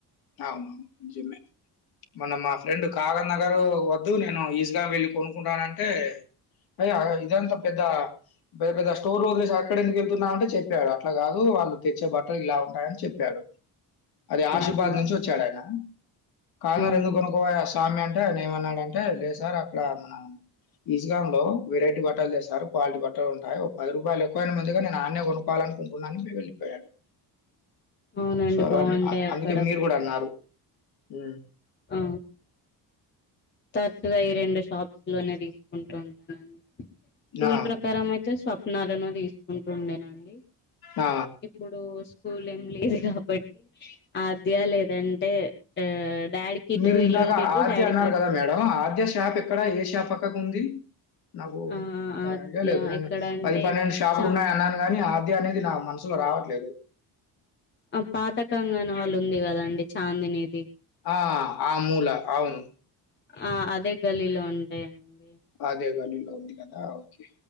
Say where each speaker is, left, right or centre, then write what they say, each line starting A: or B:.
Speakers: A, on the left; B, on the left.
A: అవునవును నిజమే మొన్న మా ఫ్రెండ్ కాగనగర్ వద్దు నేను ఈజ్గాం వెళ్ళి కొనుకుంటానంటే అ యా ఇదంతా పెద్ద పెద్దగా స్టోర్ వదిలేసి అక్కడ ఎందుకు వెళ్తున్నావ్ అంటే చెప్పాడు అట్లా కాదు వాళ్ళు తెచ్చే బట్టలు ఇలా ఉంటాయని చెప్పాడు అదే
B: అవునా
A: ఆశీభద్ కలిసే వచ్చాడా ఆయన కారనార్
B: ఆ
A: ఎందుకు కొనుకోవయ్య స్వామి అంటే ఏమన్నాడంటే లేసార్ అక్కడ మన ఇషన్లో వెరైటీ బట్టలు లేసారు క్వాలిటీ బట్టలు ఉంటాయి పది రూపాయలు ఎక్కువైన ముందుగా నేను అన్ కొనుక్కోవాలనుకుంటున్నాని వెళ్ళిపోయాడు
B: అవునండి
A: సో, అవన్నీ
B: బాగుంటాయి
A: అ
B: అక్క
A: అందుకే మీరు కూడా అన్నారు హ
B: ఆ తరచుగా ఈ రెండు షాప్స్ లోనే తీసుకుంటూ ఉంటానండి కూల్
A: ఆ!
B: ప్రకారం అయితే స్వాప్ నలన తీసుకుంటుండేనండి
A: ఆ!
B: ఇప్పుడు స్కూల్ ఏం లేదు కాబట్టి అధ్య లేదంటే ఆ డాడీకి ఇటు
A: మీరు ఇందాక
B: ఇల్లుంటే ఇటు
A: ఆద్య
B: డాడీకి
A: అన్నారు
B: అటు
A: కదా మేడం ఆద్య షాప్ ఎక్కడ ఏ షాప్ పకుఉంది నాకు
B: ఆ
A: ఇంత
B: ఆద్య
A: ఐడియా లేదు నేను
B: ఎక్కడ అంటే
A: పది పన్నెండు షాపులు
B: చా
A: ఉన్నాయి అన్నాను కాని <unintelligible> అనేది నా మనసులో రావట్లేదు
B: ఆ పాత కంగాణవాళ్ళు ఉంది కదాండి చాందినిది
A: ఆ ఆ మూలా అవును
B: ఆ అదే గల్లీలో ఉంటాయండి
A: అదే గల్లిల్లో ఉంది <unintelligible> ద ఒకే